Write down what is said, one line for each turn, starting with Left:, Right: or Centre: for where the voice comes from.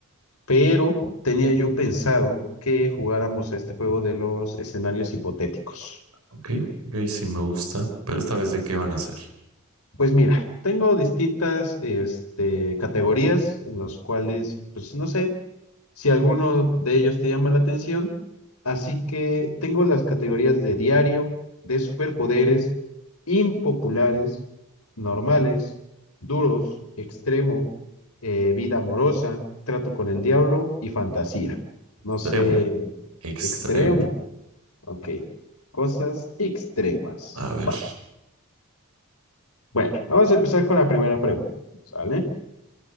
Left: pero tenía yo pensado que jugáramos a este juego de los escenarios hipotéticos.
Right: Ok, ok, sí me gusta. Pero esta vez, ¿de qué van a hacer?
Left: Pues mira, tengo distintas este, categorías en los cuales, pues no sé si alguno de ellos te llama la atención. Así que tengo las categorías de diario, de superpoderes, impopulares, normales, duros, extremo, eh, vida amorosa, trato con el diablo y fantasía. No
Right: Extremo,
Left: sé,
Right: extremo.
Left: extremo, ok. Cosas extremas.
Right: A ver,
Left: Va. Bueno, vamos a empezar con la primera pregunta, ¿sale?